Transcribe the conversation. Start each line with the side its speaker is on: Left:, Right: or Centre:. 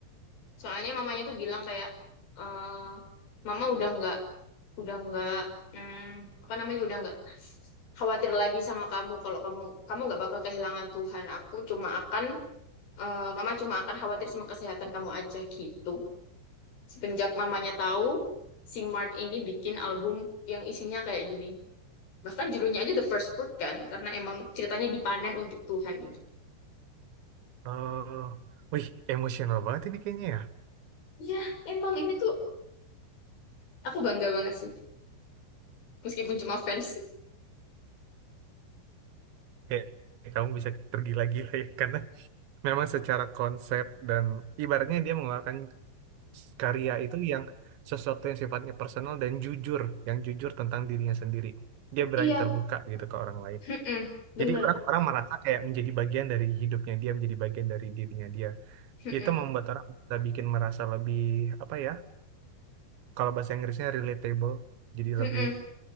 Left: Soalnya mamanya tuh bilang kayak eh mama udah nggak udah nggak hmm, apa namanya udah nggak khawatir lagi sama kamu kalau kamu kamu nggak bakal kehilangan Tuhan. Aku cuma akan eh, mama cuma akan khawatir sama kesehatan kamu aja gitu. Semenjak mamanya tahu Sing Mart ini bikin album yang isinya kayak gini. bahkan judulnya aja the first fruit kan karena emang ceritanya dipanen untuk Tuhan
Right: Eh, wih, emosional banget ini kayaknya ya.
Left: iya emang ini tuh aku bangga banget sih meskipun cuma fans
Right: Kayak kamu bisa tergila-gila ya karena memang secara konsep dan ibaratnya dia mengeluarkan karya itu yang sesuatu yang sifatnya personal dan jujur, yang jujur tentang dirinya sendiri. Dia berani
Left: <laughs> iya
Right: terbuka gitu ke orang lain.
Left: mm-mm, bener
Right: Jadi orang-orang merasa kayak menjadi bagian dari hidupnya dia, menjadi bagian dari dirinya dia.
Left: mm-mm,
Right: Itu membuat orang bisa bikin merasa lebih apa ya? Kalau bahasa Inggrisnya relatable, jadi
Left: mm-mm.
Right: lebih